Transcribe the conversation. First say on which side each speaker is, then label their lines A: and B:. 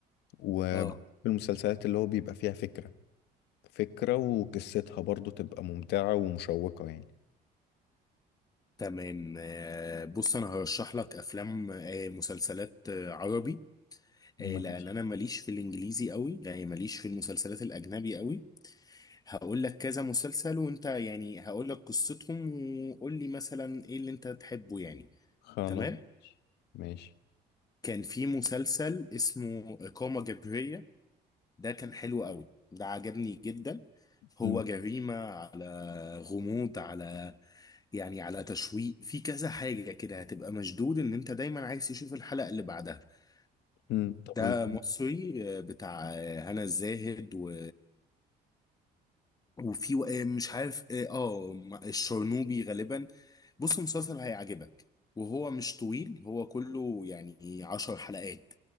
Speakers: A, on the left; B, on the left.
A: وبحب
B: اه
A: المسلسلات اللي هو بيبقى فيها فكرة فكرة وقصتها برضو تبقى ممتعة ومشوقة يعني
B: تمام آه، بص انا هرشح لك افلام آه، مسلسلات آه، عربي
A: ماشي
B: آه، لان انا ماليش في الانجليزي قوي يعني ماليش في المسلسلات الاجنبي قوي هقول لك كذا مسلسل وانت يعني هقول لك قصتهم وقول لي مثلا ايه اللي انت تحبه يعني
A: خلاص
B: تمام
A: ماشي
B: كان في مسلسل اسمه إقامة جبرية ده كان حلو قوي ده عجبني جدا هو
A: مم.
B: جريمة على غموض على يعني على تشويق في كذا حاجة كده هتبقى مشدود ان انت دايما عايز تشوف الحلقة اللي بعدها
A: مم.
B: ده
A: طب
B: مصري آه، بتاع آه، هنا الزاهد و... وفي آه، مش عارف اه آه، الشرنوبي غالبا بص مسلسل هيعجبك وهو مش طويل هو كله يعني عشر حلقات